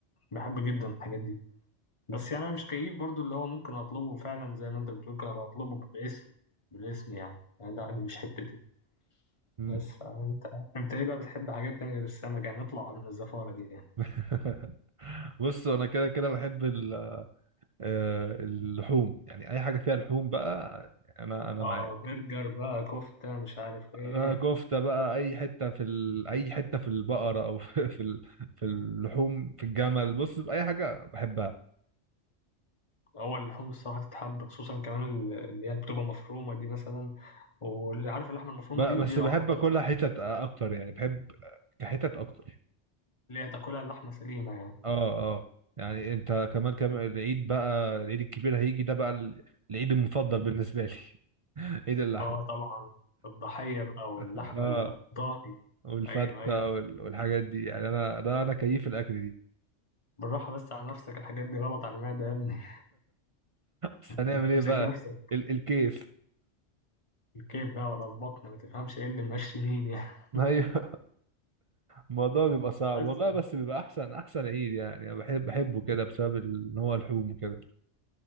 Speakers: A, on the left; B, on the right.
A: بحب جدا الحاجات دي بس يعني أنا مش كيف برضو اللي هو ممكن أطلبه فعلا زي ما أنت بتقول كده أطلبه باسم بالاسم يعني يعني ده مش حتتي
B: امم
A: بس آه، انت انت ايه بقى بتحب حاجات تانية غير السمك يعني نطلع من الزفارة دي يعني
B: <laughs> بص انا كده كده بحب ال... آه، اللحوم يعني اي حاجه فيها لحوم بقى انا انا
A: اه
B: معاك
A: برجر بقى كفتة مش عارف ايه
B: انا كفته بقى اي حته في ال... اي حته في البقره او <laughs> في في ال... في اللحوم في الجمل بص اي حاجه بحبها
A: هو اللحوم الصراحة تتحب خصوصا كمان ال- اللي هي اللي بتبقى مفرومة دي مثلا واللي عارف اللحمة المفرومة
B: ب-
A: دي
B: بس
A: دي لو
B: بحب
A: حطيتها
B: اكلها حتت اكتر يعني بحب كحتت اكتر
A: اللي هي تاكلها اللحمة سليمة يعني
B: اه اه يعني انت كمان كم العيد بقى العيد الكبير هيجي ده بقى ال- العيد المفضل بالنسبه لي <laughs> عيد اللحمه
A: اه طبعا الضحية بقى واللحمة
B: اه
A: الضاني
B: والفته
A: ايوه ايوه
B: وال- والحاجات دي يعني انا ده انا كيف الاكل دي
A: بالراحة بس على نفسك الحاجات دي غلط على المعدة يا ابني
B: بس هنعمل
A: <laughs>
B: ايه
A: امسك
B: بقى
A: نفسك
B: ال الكيف
A: الكيف بقى ولا البطن ما تفهمش ايه اللي ماشي مين يعني
B: <laughs>
A: <laughs>
B: ايوه الموضوع بيبقى صعب
A: بس
B: والله
A: يعني.
B: بس بيبقى احسن احسن عيد يعني انا بحب بحبه كده بسبب ال- ان هو لحوم وكده